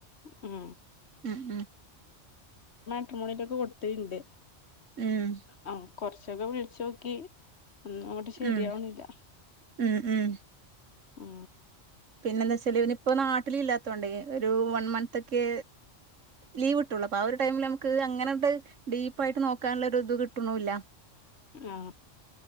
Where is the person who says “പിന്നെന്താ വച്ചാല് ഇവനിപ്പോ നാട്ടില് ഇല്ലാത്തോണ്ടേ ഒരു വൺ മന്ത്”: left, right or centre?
Right